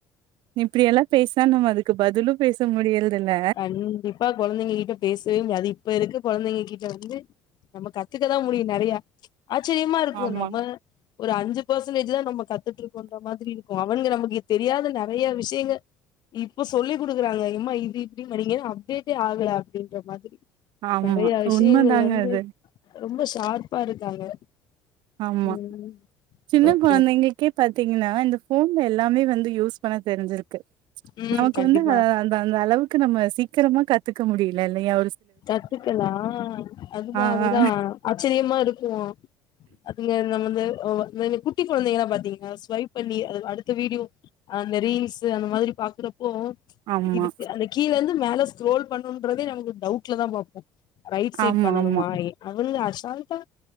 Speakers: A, on the right (about 65°); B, on the left (about 55°).
A: இப்படியெல்லாம் பேசா நம்ம அதுக்கு பதிலும் பேச முடியறது இல்ல
B: கண்டிப்பா கொழந்தைங்க கிட்ட பேசவே முடியாது இப்ப இருக்கு கொழந்தைங்கு கிட்ட வந்து நம்ம கா இத்துக்கதான் முடியும் நிறைய ஆச்சரியமா இருக்குமோ
A: ஆமா
B: நம்ம ஒரு அஞ்சு பர்சன்டேஜ் தான் நம்ம கத்துட்டு இருக்கோன்ற மாதிரி இருக்கும் அவனுங்க நமக்கு தெரியத நெறையத விஷயங்கள் இப்ப சொல்லி குடுக்குறாங்க இம்மா இது இப்டி படிங்க அப்டேட்டே ஆகல அப்டின்ற மாதிரி
A: ஆமா
B: நெறைய விஷயங்கள்
A: உண்மைதாங்க
B: வந்து
A: அது
B: ரொம்ப ஷார்ப்பா இருக்காங்க
A: ஆமா
B: ம்
A: சின்ன
B: ஓகே
A: குழந்தைங்களுக்கே பாத்தீங்கன்னா இந்த போன்ல எல்லாமே வந்து யூஸ் பா தெரிஞ்சிருக்கு
B: ம்
A: நமக்கு
B: கண்டிப்பா
A: வந்து அத அந்த-அந்த அளவுக்கு நம்ம சீக்கிரமா கத்துக்க முடியல இல்லயா
B: கத்துக்கலாம் அதுதான்-அதுதான்
A: ஆ ஆ
B: ஆச்சரியமா இருக்கும் அது வந்து ஓ குட்டி குழந்தைங்கன்னா பாத்தீங்கன ஸ்வைப் பண்ணிட் அது அடுத்த வீடியோ அந்த ரீல்ஸ் அந்த மாதிரி பாக்குற போ
A: ஆமா.
B: இதுக்கு அந்த கீழ வந்து மேல ஸ்ரோல் பண்ணுறதே நமக்கு டவுட் வீட்டுல தான் பாப்போம் ரைட் சைட்
A: ஆமா,
B: பண்ணனும
A: ஆமா,
B: அவனுக அச் பாருப்பா